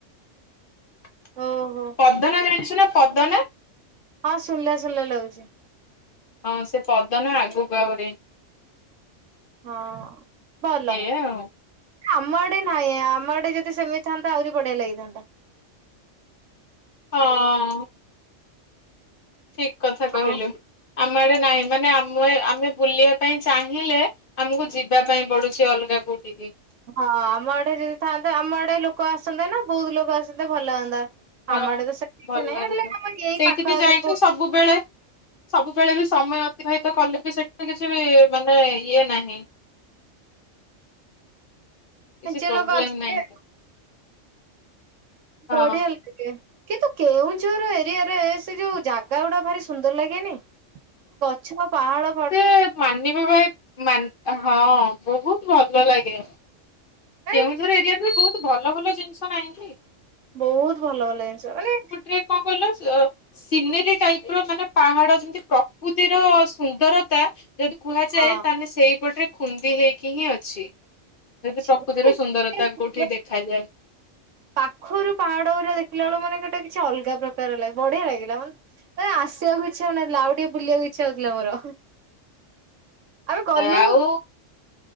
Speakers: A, on the left; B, on the right.
A: ହଁ <inaudible>
B: ଓହୋ।
A: ପଦନା ଜାଣିଛୁ ନା ପଦନା?
B: ହଁ ଶୁଣିଲା ଶୁଣିଲା ଲାଗୁଛି।
A: ହଁ ସେ ପଦନା ଆଗକୁ ଆହୁରି।
B: ହଁ, ଭଲ।
A: ଏଇଆ ଆଉ।
B: ଆମ ଆଡେ ନାହିଁ ଆମ ଆଡେ ଯଦି ସେମିତି ଥାନ୍ତା ଆହୁରି ବଢିଆ ଲାଗିଥାନ୍ତା।
A: ହଁ ଅ-। ଠିକ୍ କଥା କହିଲୁ,
B: ଆଉ
A: ଆମ ଆଡେ ନାହିଁ ମାନେ ଆମେ ଆମେ ବୁଲିବା ପାଇଁ ଚାହିଁଲେ ଆମକୁ ଯିବା ପାଇଁ ପଡୁଛି ଅଲଗା କୋଉଠିକି।
B: ହଁ ଆମ ଏଡେ ଯଦି ଥାଆନ୍ତାେ ଆମ ଆଡେ ଲୋକ ଆସନ୍ତେ ନା ବହୁତ ଲୋକ ଆସନ୍ତେ ଭଲ ହୁଅନ୍ତା।
A: ହଁ
B: ଆମ ଆଡେ ତ ସେମିତି
A: ଭଲ
B: କିଛି ନାହିଁ
A: ଲାଗନ୍ତା।
B: ହେଲେ ଆମ ଏଇ
A: ସେଇଠି
B: ପାଖ
A: ବି
B: ଆଖରେ
A: ଯାଇକି
B: କୋଭ ଠି
A: ସବୁବେଳେ! ସବୁବେଳେ ବି ସମୟ ଅତିବାହିତ କଲେ ବି ସେମିତି କିଛି ବି ମାନେ ଇଏ ନାହିଁ। କିଛି
B: ମେଁଚେ
A: ପ୍ରୋବ୍ଲେମ
B: ଲୋକ ଆସିବେ!
A: ନାହିଁ ହଁ
B: ବଢିଆଲ। ଆଜ୍ଞା, କିନ୍ତୁ କେଉଁଝର ଏରିଆରେ ସେ ଯୋଉ ଜାଗା ଗୁଡା ଭାରି ସୁନ୍ଦର ଲାଗେନି? ଗଛ ନା ପାହାଡ଼
A: ସେ ମାନିବା ଭାଇ ମାନ୍ ହଁ ବହୁତ ଭଲ ଲାଗେ।
B: ମାନେ
A: କେଉଁଝର ଏରିଆରେ ବି ବହୁତ ଭଲ ଭଲ ଜିନିଷ ନାହିଁ କି?
B: ବହୁତ ଭଲ ଭଲ ଜିନିଷ, ମାନେ
A: ରେ କଣ କହିଲ <unintelligible> ସିନେରୀ ଟାଇପ ର ମାନେ ପାହାଡ, ଯେମତି ପ୍ରକୃତିର ସୁନ୍ଦରତା ଯଦି କୁହାଯାଏ
B: ହଁ
A: ତାହେଲେ ସେଇପଟରେ ଖୁନ୍ଦି ହେଇକି ହିଁ ଅଛି, ଯଦି
B: ଅଛି
A: ପ୍ର
B: ମାନେ
A: କୃତି ର
B: ଏତେ
A: ସୁନ୍ଦରତା କୋଉଠି
B: ସୁନ୍ଦର
A: ଦେଖାଯାଏ।
B: ପାଖରୁ ପାହାଡ ଗୋରା ଦେଖିଲା ବେଳ ମାନେ ଗୋଟେ କିଛି ଅଲଗା ପ୍ର <unintelligible> ବଢିଆ ଲାଗିଲା ମାନେ ଆସିବାକୁ ଇଚ୍ଛା ହଉନଥିଲା ଆଉ ଟିକେ ବୁଲିବାକୁ ଇଚ୍ଛା ହଉଥିଲା ମୋର। ଆମେ ଗଲୁ
A: ଆଉ,